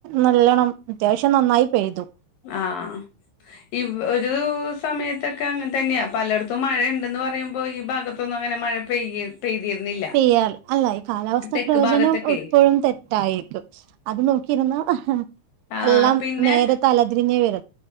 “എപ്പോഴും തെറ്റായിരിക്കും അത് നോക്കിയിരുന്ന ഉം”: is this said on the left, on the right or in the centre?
Right